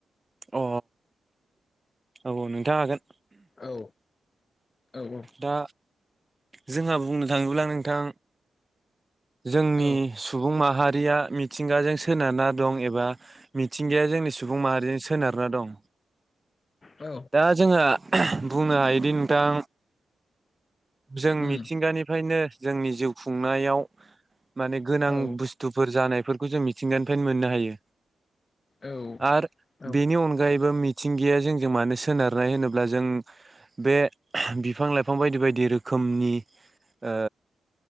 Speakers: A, on the right; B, on the left.
A: अ अ औ औ नोंथां हागोन।
B: औ औ औ
A: दा जोंहा बुंनो थाङोब्ला नोंथां जोंनि
B: औ
A: सुबुं माहारि रिया मिथिंगाजों सोनारना दं एबा मिथिंगाया जोंनि सुबुं माहारिजों सो सोनारना दं,
B: औ
A: दा जोङो बुंनो हायोदि नोंथां जों
B: उम
A: मिथिंगानिफ्रायनो जोंनि जिउ खुंनायाव माने गोनां
B: औ
A: बुस्थुफोर जानायफोरखौ जों मिथिंगानिफ्रायनो मोननो हायो।
B: औ
A: आर बेनि अनगायैबो मि मिथिंगिया जोंजों मानो सोनारनाय होनोब्ला जों बे बिफां-लाइफां बायदि बायदि रोखो रोखोमनि ओ